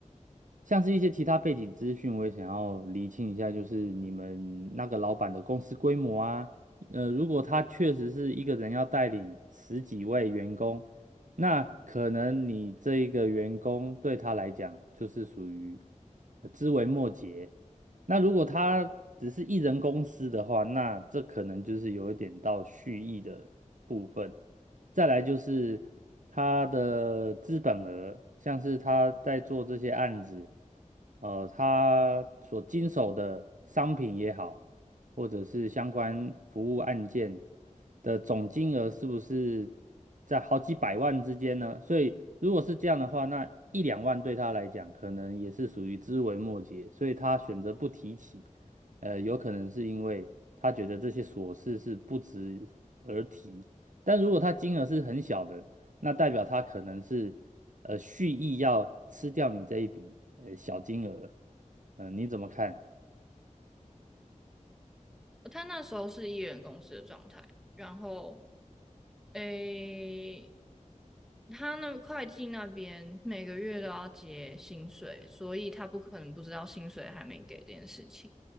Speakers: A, on the right; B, in the centre.
A: 像是一些其他背景资讯，我也想要厘清一下，就是你们那个老板的公司规模啊。呃，如果他确实是一个人要带领十几位员工，那可能你这一个员工对他来讲就是属于呃枝微末节。那如果他只是一人公司的话，那这可能就是有一点到蓄意的部分。再来就是他的资本额，像是他在做这些案子，呃，他所经手的商品也好。或者是相关服务案件的总金额是不是在好几百万之间呢？所以如果是这样的话，那一两万对他来讲可能也是属于枝微末节，所以他选择不提起。呃，有可能是因为他觉得这些琐事是不值而提。但如果他金额是很小的，那代表他可能是呃蓄意要吃掉你这一笔呃小金额。嗯、呃你怎么看？
B: 他那时候是艺人公司的状态，然后诶，他那会计那边每个月都要结薪水，所以他不可能不知道薪水还没给这件事情。